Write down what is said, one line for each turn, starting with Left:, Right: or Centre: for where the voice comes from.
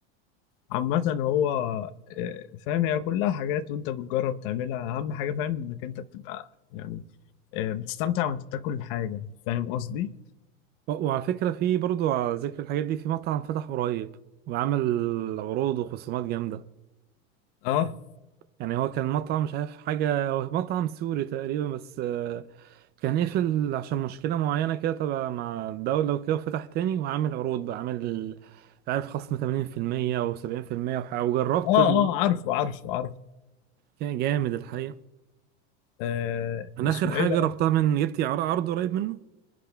Left: عامة هو آه، فاهم هي كلها حاجات وانت بتجرب تعملها اهم حاجة فاهم انك انت بتبقى يعني آه، بتستمتع وانت بتاكل الحاجة فاهم قصدي؟
Right: و- وعلى فكرة في برضه على ذكر الحاجات دي في مطعم فتح قريب وعمل عروض وخصومات جامدة
Left: اه
Right: يعني هو كان مطعم مش عارف حاجة هو مطعم سوري تقريبا بس آه، كان قفل عشان مشكلة معينة كده تبع مع الدولة وكده وفتح تاني وعامل عروض بقى عامل عارف خصم 80% أو 70% وح- وجربت
Left: اه
Right: ال...
Left: اه عارفه عارفه عارفه
Right: كان جامد الحقيقة
Left: آه
Right: أنا
Left: اسمه
Right: آخر حاجة
Left: ايه ده؟
Right: جربتها من جبتي عر- عرض قريب منه